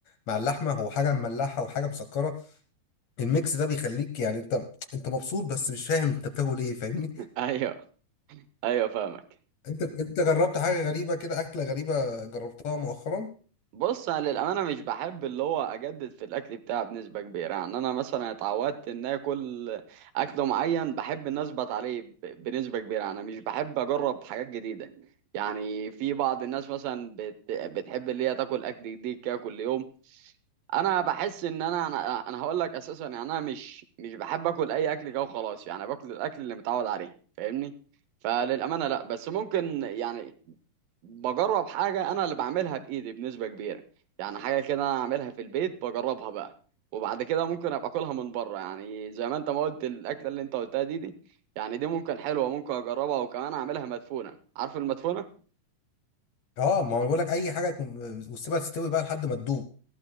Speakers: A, on the left (about 65°); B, on the right (about 80°).
A: مع اللحمه هو حاجه مملحه وحاجه مسكره الميكس ده بيخليك يعني انت انت مبسوط بس مش فاهم انت بتاكل ايه فاهمني
B: <laughs> ايوه ايوه فاهمك
A: انت انت جربت حاجه غريبه كده اكله غريبه جربتها مؤخرا
B: بص انا للامانه مش بحب اللي هو اجدد في الاكل بتاعي بنسبه كبيره يعني انا مثلا اتعودت ان اكل اكل معين بحب ان اثبت عليه ب- بنسبه كبيره انا مش بحب اجرب حاجات جديده يعني في بعض الناس مثلا بت... بتحب اللي هي تاكل اكل جديد كده كل يوم انا بحس ان انا انا, أنا هقول لك اساسا يعني انا مش مش بحب اكل اي اكل كده وخلاص يعني باكل الاكل اللي متعود عليه فاهمني فللامانه لا بس ممكن يعني بجرب حاجه انا اللي بعملها بايدي بنسبه كبيره يعني حاجه كده انا اعملها في البيت بجربها بقى وبعد كده ممكن ابقى اكلها من بره يعني زي ما انت ما قلت الاكله اللي انت قلتها دي دي يعني دي ممكن حلوه ممكن اجربها وكمان اعملها مدفونه عارف المدفونه
A: اه ما هو بقول لك اي حاجه يكون- وتسيبها تستوي بقى لحد ما تدوب